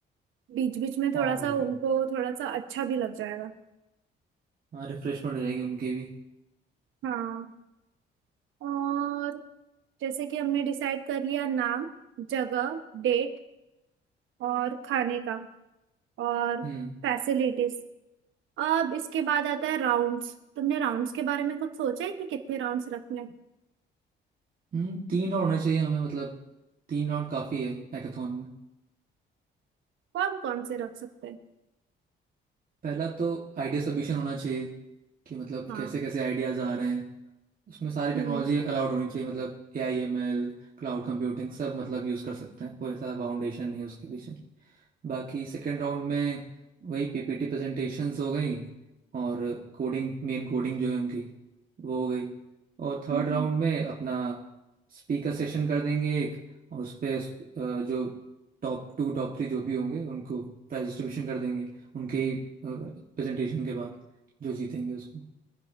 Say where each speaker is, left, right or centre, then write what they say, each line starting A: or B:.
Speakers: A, on the right (about 80°); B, on the right (about 45°).
A: बीच बीच में थोड़ा
B: हाँ
A: सा
B: बिल्कुल
A: उनको थोड़ा सा अच्छा भी लग जाएगा
B: हाँ रिफ्रेशमेंट हो जाएगी उनकी भी
A: हाँ और जैसे कि हमने डिसाइड कर लिया नाम जगह डेट और खाने का और
B: हम्म
A: फैसिलिटीज अब इसके बाद आता है राउंड्स तुमने राउंड्स के बारे में कुछ सोचा है कि कितने राउंड्स रखने हैं?
B: हम्म तीन राउंड होने चाहिए हमें मतलब तीन राउंड काफ़ी है हैकाथॉन में
A: कौन कौन से रख सकते हैं
B: पहला तो आइडिया सबमिशन होना चाहिए कि मतलब
A: हाँ
B: कैसे कैसे आइडियाज़ आ रहे हैं उसमें सारी टेक्नोलॉजी
A: हम्म
B: अलाउड होनी चाहिए मतलब ए आई एम एल क्लाउड कंप्यूटिंग सब मतलब यूज़ कर सकते हैं कोई ऐसा बाउंडेशन नहीं है उसके पीछे बाकी सेकेंड राउंड में वही पीपीटी प्रेजेंटेशंस हो गई और कोडिंग मेन कोडिंग जो है उनकी वो हो गई और थर्ड
A: हम्म,
B: राउंड
A: हम्म,
B: में अपना स्पीकर सेशन कर देंगे एक और उस पे उस- अ, जो टॉप टू टॉप थ्री जो भी होंगे उनको प्राइज डिस्ट्रीब्यूशन कर देंगे उनके प्रेजेंटेशन के बाद जो जीतेंगे उसको